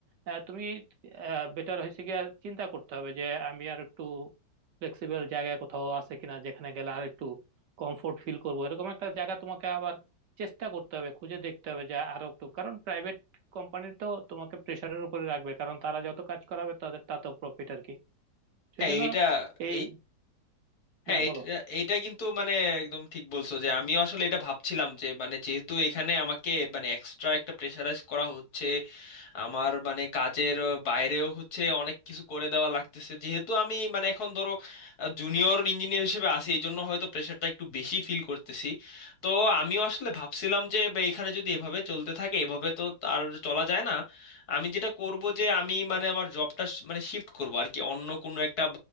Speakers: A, on the right; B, on the left.
A: আহ, তুমি বেটার হয়েছে গিয়ে আর চিন্তা করতে হবে যে আমি আর একটু ফ্লেক্সিবল জায়গায় কোথাও আছে কিনা যেখানে গেলে আর একটু কমফোর্ট ফিল করবো এরকম একটা জায়গা তোমাকে আবার চেষ্টা করতে হবে খুঁজে দেখতে হবে যে আরো একটু কারণ প্রাইভেট কোম্পানি তো তোমাকে প্রেশারের উপরে রাখবে কারণ তারা যত কাজ করাবে তাদের তাতেও প্রফিট আর কি সেই
B: হ্যাঁ
A: জন্য
B: এইটা
A: এই
B: এই
A: হ্যাঁ
B: হ্যাঁ
A: বলো
B: এটা এইটা কিন্তু মানে একদম ঠিক বলছো যে আমিও আসলে এটা ভাবছিলাম যে মানে যেহেতু এখানে আমাকে মানে এক্সট্রা একটা প্রেশারাইজ করা হচ্ছে আমার মানে কাজের বাইরেও হচ্ছে অনেক কিছু করে দেওয়া লাগতেছে যেহেতু আমি মানে এখন ধরো জুনিয়র ইঞ্জিনিয়ার হিসেবে আছি এই জন্য হয়তো প্রেশারটা একটু বেশি ফিল করতেছি তো আমিও আসলে ভাবছিলাম যে বে, এখানে যদি এভাবে চলতে থাকে এভাবে তো আর চলা যায় না আমি যেটা করব যে আমি মানে আমার জবটা মানে শিফট করব আর কি অন্য কোনো একটা